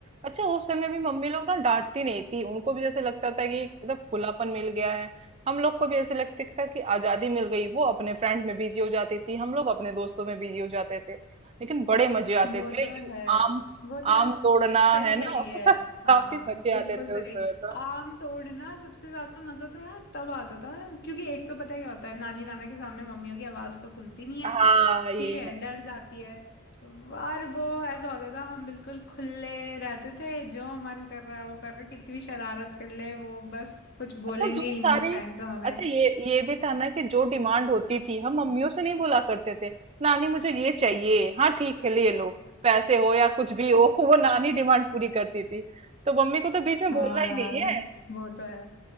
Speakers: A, on the right; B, on the left.
A: अच्छा उस समय भी मम्मी लोग ना डांटती नहीं थी उनको भी जैसे लगता था कि एकदम खुलापन मिल गया है हम लोग को भी ऐसे लगता था कि आजादी मिल गई वो अपने फ्रेंड में बिजी हो जाती थी हम लोग अपने दोस्तों में बिजी हो जाते थे लेकिन बड़े मजे आते
B: वो
A: थे
B: तो
A: यू
B: है
A: आम
B: वो तो
A: आम तोड़ना
B: सही
A: है
B: कह
A: ना
B: रही है
A: <laughs> काफी
B: हाँ
A: मजे
B: बिल्कुल
A: आते थे
B: सही
A: उस समय तो
B: आम तोड़ना सबसे ज्यादा मजा तो यार तब आता था क्योंकि एक तो पता है क्या होता है नानी नाना के सामने मम्मियों की आवाज तो खुलती नहीं है
A: हाँ ये
B: ठीक है डर जाती है और वो ऐसा होता था हम बिल्कुल खुले रहते थे जो मन कर रहा है वो कर रहे कितनी भी शरारत कर ले वो बस कुछ
A: अच्छा
B: बोलेंगे
A: जो
B: ही नहीं
A: सारी
B: उस टाइम तो हमें
A: अच्छा ये ये भी था ना कि जो डिमांड होती थी हम मम्मियों से नहीं बोला करते थे नानी मुझे ये चाहिए हाँ ठीक है ले लो पैसे हो या कुछ भी हो <laughs> वो नानी डिमांड पूरी करती थी तो मम्मी को तो बीच में
B: हाँ
A: बोलना
B: यार
A: ही नहीं है
B: वो तो है